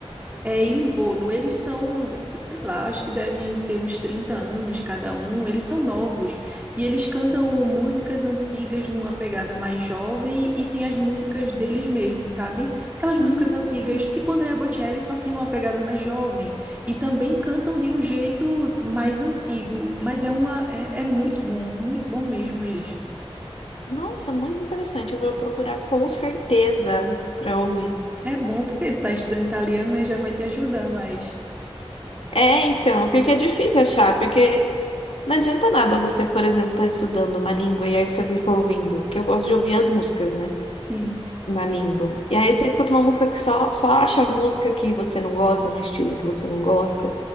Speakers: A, on the right; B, on the left.
A: É, em Volo, eles são, sei lá, acho que devem ter uns 30 anos cada um, eles são novos. E eles cantam músicas antigas numa pegada mais jovem e tem as músicas deles mesmos, sabe? Aquelas músicas
B: Hum,
A: antigas, tipo Andrea Bocelli, só que numa pegada mais jovem. E também cantam de um jeito mais antigo, mas é uma, é, é muito bom, muito bom mesmo eles.
B: nossa, muito interessante. Eu vou procurar com certeza para ouvir.
A: É bom porque tá estudando italiano, né? Já vai te ajudar mais.
B: É, então, porque é difícil achar, porque não adianta nada você, por exemplo, estar estudando uma língua e aí você fica ouvindo, que eu gosto de ouvir as músicas, né?
A: Sim.
B: na língua. E aí você escuta uma música que só, só acha a música que você não gosta, no estilo que você não gosta.